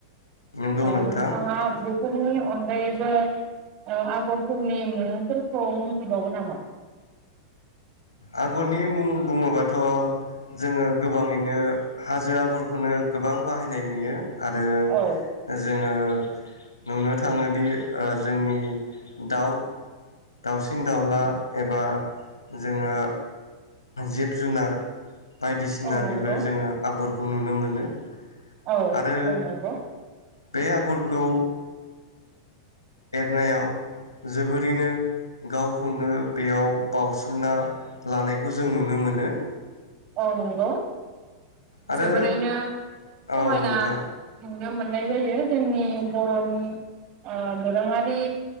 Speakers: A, on the left (about 75°); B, on the right (about 40°).
A: नंगौ
B: औ
A: नोंथां
B: नोंथाङा फोरनि अनगायैबो आगरफोरनि मुंफोरखौ मोनथिबावो नामा
A: आगरनि मुं बुङोबाथ' जोङो गोबाङैनो हाजो आगरखौनो गोबां बाहायनाय नुयो। आरो
B: औ
A: जोङो नुनो थाङोदि जोंनि दाउ दाउसिन दाउला एबा जोङो जिब-जुनार बायदिसिनानिबो
B: औ नंगौ
A: जोङो आगर खौ नुनो मोनो।
B: औ
A: आरो
B: औ नंगौ।
A: बे आगरखौ एरनायाव जोबोरैनो गावखौनो बेयाव बावसोमना लानायखौ जों नुनो मोनो।
B: औ नंगौ।
A: आरो
B: जोबोरैनो समायना
A: औ नोंथां
B: नुनो मोननाय जायो जोंनि बर'नि दोरोङारि